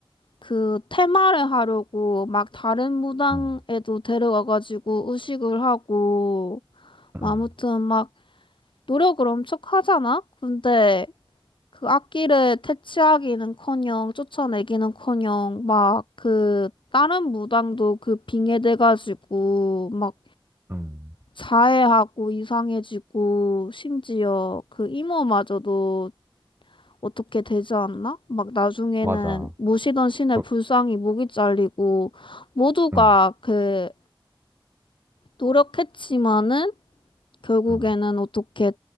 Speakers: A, on the left; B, on the right.
A: 그 테마를 하려고 막 다른 무당에도
B: 음,
A: 데려가가지고 의식을 하고
B: 음,
A: 뭐 아무튼 막 노력을 엄청 하잖아? 근데 그 악기를 퇴치하기는커녕 쫓아내기는커녕 막 그 다른 무당도 그 빙의돼가지고 막
B: 음,
A: 자해하고 이상해지고 심지어 그 이모마저도 어떻게 되지 않나? 막 나중에는
B: 맞아.
A: 모시던 신의
B: 그-
A: 불상이 목이 잘리고 모두가
B: 음,
A: 그 노력했지만은 결국에는
B: 음,
A: 어떻게